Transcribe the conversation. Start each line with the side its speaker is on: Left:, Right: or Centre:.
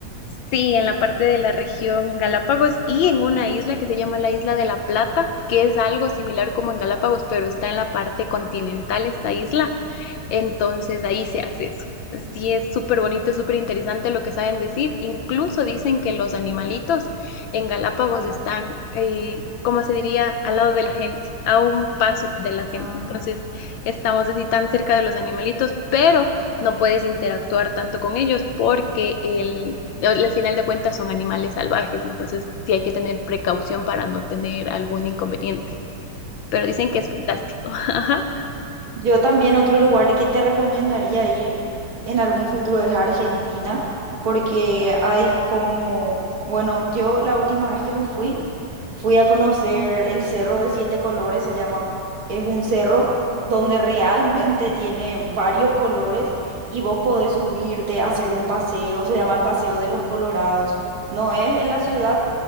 Left: Sí, en la parte de la región Galápagos y en una isla que se llama la Isla de la Plata, que es algo similar como en Galápagos, pero está en la parte continental esta isla. Entonces ahí se hace eso. Sí, es súper bonito, es súper interesante lo que saben decir. Incluso dicen que los animalitos en Galápagos están, eh, como se diría, al lado de la gente, a un paso de la gente.
Right: Ah.
Left: Entonces estamos así tan cerca de los animalitos, pero no puedes interactuar tanto con ellos porque el al final de cuentas son animales salvajes, entonces sí hay que tener precaución para no tener algún inconveniente, pero dicen que es fantástico. <laughs> Ajá.
Right: Yo también otro lugar que te recomendaría ir en algún futuro es Argentina, porque hay como, bueno, yo la última vez que me fui, fui a conocer el Cerro de Siete Colores, se llama. Es un cerro donde <laughs> realmente tiene varios colores y vos podés subirte a hacer un paseo, se llama el Paseo de los Colorados. No es en la ciudad,